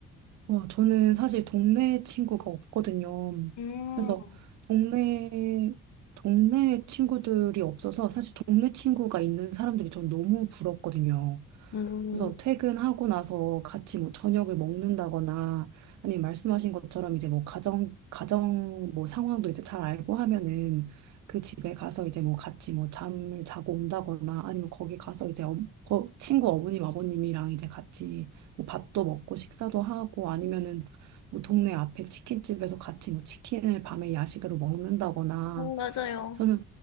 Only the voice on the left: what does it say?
음,
음,
맞아요.